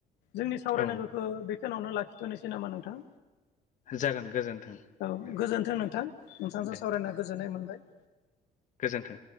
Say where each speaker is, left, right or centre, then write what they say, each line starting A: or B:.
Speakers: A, on the left (about 85°); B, on the left (about 50°).
A: जोंनि सावरायनांगौखौ
B: औ
A: बे खोनावनो लाखिथ'नोसै नामा नोंथां?
B: जागोन गोजोन्थों
A: औ
B: दे
A: गोजोनथों नोंथां नोंथांजों
B: दे
A: सावरायना गोजोननाय मोनबाय
B: गोजोन्थों।